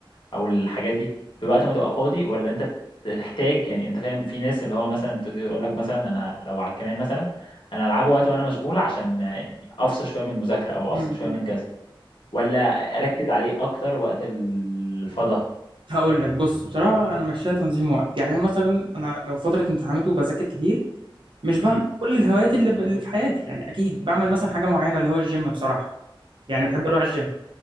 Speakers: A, on the left; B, on the right.
A: او الحاجات دي في وقت ما تبقى فاضي ولا انت بتحتاج يعني انت فاهم في ناس اللي هو مثلا تقول لك مثلا انا لو على الكمان مثلا انا العبه وقت وانا مشغول عشان افصل شويه من المذاكره او
B: امم
A: افصل شويه من كذا ولا اركز عليه اكتر وقت الفضا
B: هقول لك بص بصراحة أنا ماشيها تنظيم وقت يعني مثلا أنا لو فترة امتحانات وبذاكر كتير مش بعمل
A: امم
B: كل الهوايات اللي, ب... اللي في حياتي يعني أكيد بعمل مثلا حاجة معينة اللي هو الجيم بصراحة يعني بحب أروح الجيم